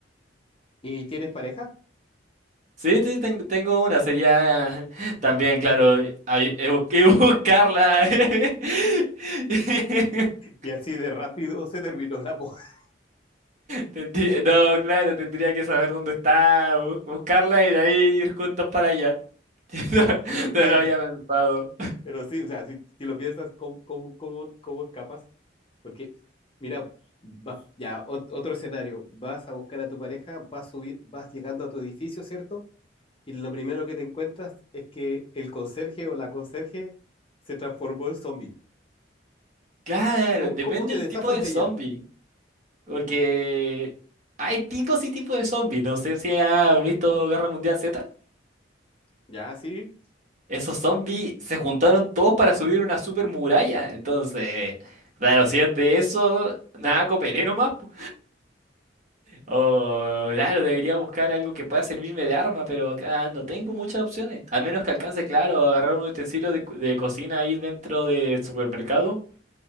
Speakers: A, on the left; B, on the right.
A: ¿Y tienes pareja?
B: Sí, sí, ten- tengo una, sería <laughs> también, claro, ahí, eh, bus- <laughs> y buscarla. <laughs>
A: Y así de rápido se terminó el amor. <laughs>
B: Tendría- No, claro, tendría que saber dónde está, bu- buscarla y de ahí ir juntos para allá. <laughs> No,
A: Sí,
B: no lo había pensado.
A: pero sí, o sea, si, si lo piensas, ¿cómo, cómo, cómo, cómo escapas? Porque, mira, va- ya, ot- otro escenario, vas a buscar a tu pareja, vas, subir, vas llegando a tu edificio, ¿cierto? Y lo primero que te encuentras es que el conserje o la conserje se transformó en zombie.
B: Claro,
A: ¿Cómo,
B: depende
A: cómo te
B: del
A: deshaces
B: tipo de
A: de
B: zombie.
A: ella?
B: Porque hay tipos y tipos de zombies. No sé si has visto Guerra Mundial Z.
A: Ya, sí.
B: Esos zombies se juntaron todos para subir una super muralla. Entonces, claro, si es de eso, nada, cooperé nomás. po. O, claro, debería buscar algo que pueda servirme de arma, pero acá no tengo muchas opciones. Al menos que alcance, claro, a agarrar un utensilio de, cu- de cocina ahí dentro del supermercado.